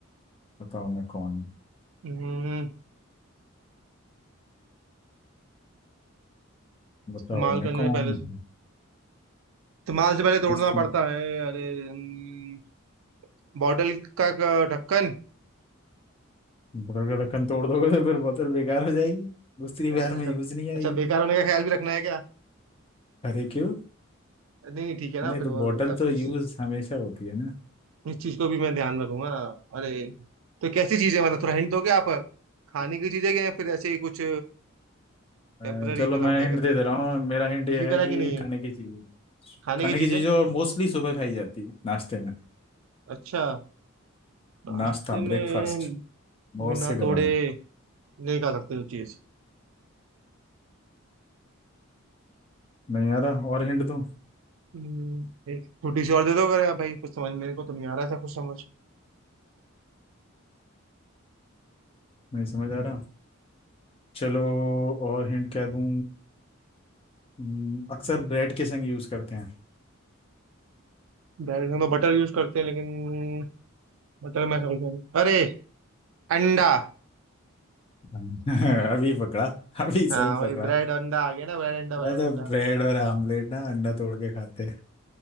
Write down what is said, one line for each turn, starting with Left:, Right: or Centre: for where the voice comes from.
Left: बताओ मैं कौन हूँ
Right: हम्म,
Left: बताओ
Right: इस्तेमाल करने
Left: मैं कौन
Right: से पहले
Left: हूँ
Right: इस्तेमाल से पहले तोड़ना
Left: इस तुम
Right: पड़ता है अरे हम्म, बॉटल का का ढक्कन
Left: अगर रखन तोड़ दोगे तो फिर बोतल बेकार हो जाएगी दूसरी
Right: अरे
Left: बार
Right: अच्छा
Left: में यूज नहीं आएगी
Right: अच्छा बेकार होने का ख्याल भी रखना है क्या
Left: अरे क्यों
Right: नहीं नहीं ठीक है ना
Left: नहीं
Right: फिर
Left: तो
Right: वो-
Left: बोतल
Right: अब
Left: तो
Right: इस
Left: यूज हमेशा होती है ना
Right: इस चीज को भी मैं ध्यान में रखूंगा अरे तो कैसी चीजें मतलब थोड़ा हिंट दोगे आप खाने की चीजें क्या है फिर ऐसे ही कुछ
Left: आ,
Right: टेम्पररी
Left: चलो
Right: मतलब
Left: मैं
Right: क्या
Left: हिंट
Right: कहते
Left: दे
Right: हैं
Left: दे रहा हूँ मेरा हिंट
Right: फिजिकल
Left: ये है कि
Right: है कि नहीं
Left: खाने
Right: है
Left: की चीजें
Right: खाने
Left: खाने
Right: की चीजें
Left: की चीजें और मोस्टली सुबह खाई जाती है नाश्ते में
Right: अच्छा नाश्ते
Left: नाश्ता ब्रेकफास्ट
Right: में
Left: बहुत
Right: बिना
Left: से घरों
Right: तोड़े
Left: में
Right: नहीं खा सकते वो चीज
Left: नहीं आ रहा और हिंट दूं
Right: हम्म, एक छोटी सी और दे दो अगर यार भाई कुछ समझ मेरे को तो नहीं आ रहा ऐसा कुछ समझ
Left: नहीं समझ आ रहा चलो और हिंट क्या दूं हम्म, अक्सर ब्रेड के संग यूज करते हैं
Right: डायरेक्ट हम तो बटर यूज करते हैं लेकिन बताओ मैं समझा नहीं। अरे अंडा
Left: हम। <laughs> अभी पकड़ा अभी सही
Right: हाँ वही
Left: पकड़ा
Right: ब्रेड अंडा आ गया ना ब्रेड अंडा
Left: मतलब
Right: ब्रेड अंडा
Left: ब्रेड और आमलेट ना अंडा तोड़ के खाते हैं